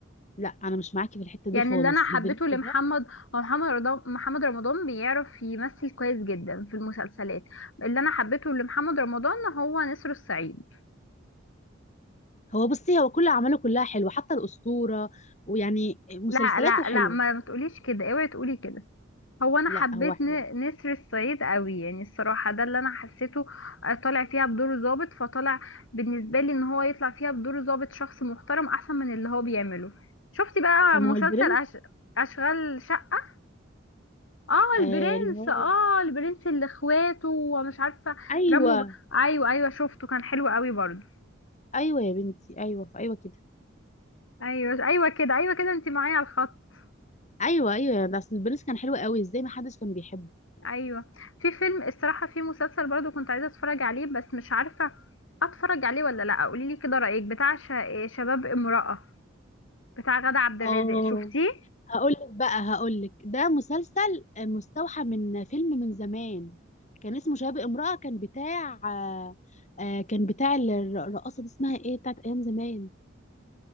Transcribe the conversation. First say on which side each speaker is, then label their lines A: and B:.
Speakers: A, on the left (about 35°); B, on the left (about 80°).
A: لا انا مش معاكي في الحته
B: يعني
A: دي خالص
B: اللي انا حبيته
A: البرنس
B: لمحمد
A: ده
B: هو محمد رضا محمد رمضان بيعرف يمثل كويس جدا في المسلسلات اللي انا حبيته لمحمد رمضان هو نسر الصعيد
A: هو بصي هو كل اعماله كلها حلوه حتى الاسطوره ويعني مسلسلاته
B: لا لا
A: حلوه
B: لا ما ما تقوليش كده اوعي تقولي كده هو انا
A: لا
B: حبيت
A: هو حلو
B: ن- نسر الصعيد قوي يعني الصراحه ده اللي انا حسيته آه، طالع فيها بدور ظابط فطالع بالنسبه لي ان هو يطلع فيها بدور ظابط شخص محترم احسن من اللي هو بيعمله شفتي بقى
A: طب ما
B: مسلسل
A: هو البرنس
B: أش... اشغال شقه اه
A: آه
B: البرنس
A: اللي هو
B: اه البرنس اللي اخواته ومش عارفه
A: ايوه
B: رموا ب... ايوه ايوه شفته كان حلو قوي برضو
A: ايوه يا بنتي ايوه ايوه كده
B: ايوه ايوه كده ايوه كده انت معايا على الخط
A: ايوه ايوه ده اصل البرنس كان حلو قوي ازاي ما حدش كان بيحبه
B: ايوه في فيلم الصراحه في مسلسل برضو كنت عايزه اتفرج عليه بس مش عارفه اتفرج عليه ولا لا قولي لي كده رايك بتاع ش- شباب امراه بتاع غادة عبد
A: اه
B: الرازق شفتيه
A: هقولك بقى هقولك ده مسلسل مستوحى من فيلم من زمان كان اسمه شباب امرأة كان بتاع آه، آه، كان بتاع الر- الرقاصة دي اسمها ايه بتاعت ايام زمان